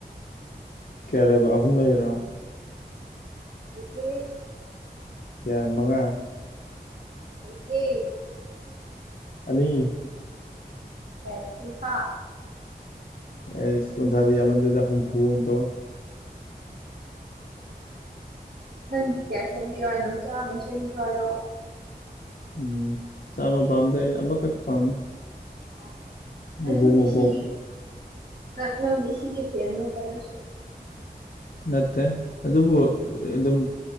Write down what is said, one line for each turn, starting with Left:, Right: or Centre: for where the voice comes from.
Left: ꯀꯌꯥ ꯂꯩꯕ ꯑꯍꯨꯝ ꯂꯩꯔꯥ
Right: ꯂꯩꯇꯦꯍꯦ
Left: ꯀꯌꯥ ꯃꯉꯥ
Right: ꯂꯩꯇꯦ
Left: ꯑꯅꯤ
Right: ꯑꯦ ꯀꯨꯟꯊ꯭ꯔꯥ
Left: ꯑꯩꯁ ꯀꯨꯟꯊ꯭ꯔꯥꯗꯤ ꯌꯥꯝꯃꯟꯗꯦꯗ ꯍꯨꯝꯐꯨ ꯑꯣꯏꯅ ꯇꯧꯔꯣ
Right: ꯅꯪꯒꯤ ꯀꯌꯥ ꯁꯦꯝꯕꯤꯌꯣ ꯍꯥꯏꯅꯣ ꯆꯥꯝꯃ ꯁꯦꯝꯕꯤꯌꯨ ꯍꯥꯏꯔꯣ
Left: ꯎꯝ ꯆꯥꯝꯃ ꯄꯥꯝꯗꯦ ꯑꯩ ꯑꯃꯈꯛ ꯄꯥꯝꯃꯦ
Right: ꯑꯧ ꯅꯪꯁꯨ
Left: ꯃꯕꯨꯛ
Right: ꯃꯤꯁꯤꯒꯤ
Left: ꯃꯄꯥꯎ
Right: ꯅꯪ ꯅꯪ ꯃꯤꯁꯤꯒꯤ ꯐꯦꯟꯔꯣꯕ ꯅꯪꯁꯨ
Left: ꯅꯠꯇꯦ ꯑꯗꯨꯕꯨ ꯑꯗꯨꯝ